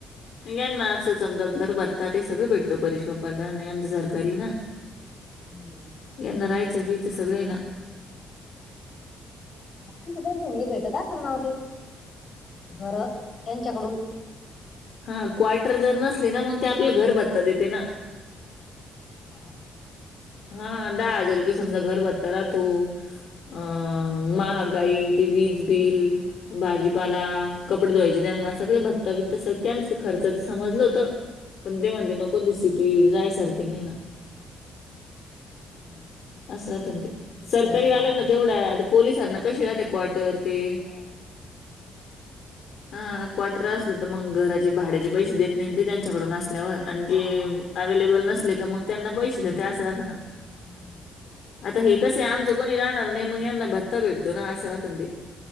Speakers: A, on the left (about 65°); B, on the left (about 50°).
A: याना असं समजा घर बघता ते सगळं भेटतो परेश बाप्पाला नाही याचं सरकारी आहे ना? <inaudible>
B: हम्म!
A: यांना राहायचं बियचं सगळं आहे ना?
B: आता त्याचं त्याचं हे भेटत असलं ना ओ ते घर त्यांच्याकडून!
A: हा क्वार्टर जर नसले ना मग ते आपल्या घर बत्ता देते ना?
B: हा हा!
A: हा दहा हजार रुपये समजा घर बत्ता राहतो. अं महागाई ती वीज बिल भाजीपाला, कपडे धूवायचे त्यांना सगळे भत्ताभित्त त्यांच खर्चच समजलं होतं. पण ते म्हणते नको ती सिटी जायसारखी नाही ना.
B: <inaudible>
A: असं राहते ते सरकारी
B: परत शाळा
A: वाल्यांना तेवढ आहे आता पोलिसांना कशी राहते कोर्टर ते!
B: हा
A: हा क्वार्टर असल तर मग घराचे भाड्याचे पैसे देत नाही ते त्यांच्याकडून असल्यावर. आणि
B: हा
A: जे
B: हा, हा.
A: अवे्लेबल नसले का मग त्यांना पैसे देते अस राहतना.
B: <inaudible>
A: आता हे कसं आहे आमचं कोणी राहणार नाही मग यांना भत्ता भेटतोयना आस राहतय.